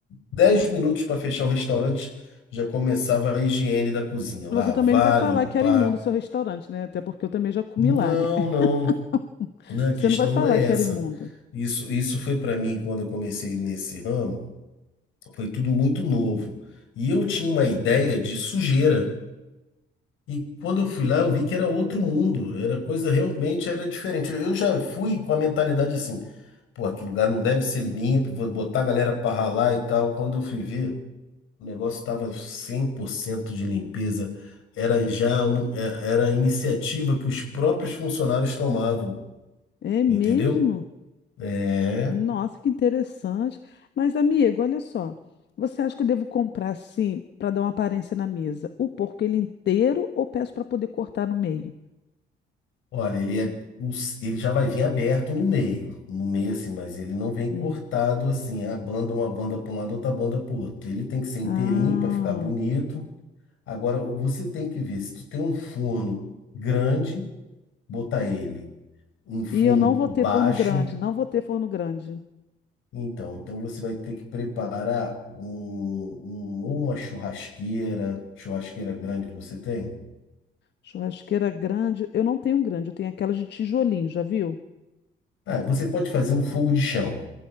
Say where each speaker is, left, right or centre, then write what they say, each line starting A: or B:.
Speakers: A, on the left; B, on the left.
A: 10 minutos para fechar o restaurante, já começava a higiene da cozinha, lavar,
B: Você também não vai falar
A: limpar.
B: que era imundo o seu restaurante, né? Até porque eu também já comi
A: Não,
B: lá, né? <laughs>
A: não. Não, a
B: Você
A: questão
B: não vai falar
A: não é
B: que
A: essa.
B: era imundo.
A: Isso, isso foi para mim quando eu comecei nesse ramo, foi tudo muito novo. E eu tinha uma ideia de sujeira. E quando eu fui lá, eu vi que era outro mundo, era coisa realmente era diferente. Eu já fui com a mentalidade assim, pô, aquele lugar não deve ser limpo, vou botar a galera para ralar e tal. Quando eu fui ver, o negócio estava 100% de limpeza. Era já um- é- era a iniciativa que os próprios funcionários tomavam,
B: É mesmo?
A: entendeu? É.
B: Nossa, que interessante. Mas, amigo, olha só. Você acha que eu devo comprar assim para dar uma aparência na mesa? O porco ele inteiro ou peço para poder cortar no meio?
A: Olha, ele é, o ele já vai vir aberto no meio, no meio assim, mas ele não vem
B: Hum.
A: cortado assim, a banda uma banda para um lado, outra banda para o outro. Ele tem que ser inteirinho
B: Ah.
A: para ficar bonito. Agora o- você tem que ver se tu tem um forno grande, botar ele em forno
B: E eu não vou
A: baixo.
B: ter forno grande, não vou ter forno grande.
A: Então, então você vai ter que preparar um, um- ou uma churrasqueira, churrasqueira grande que você tem?
B: Churrasqueira grande, eu não tenho um grande, eu tenho aquela de tijolinho, já viu?
A: Ah, você pode fazer um fogo de chão.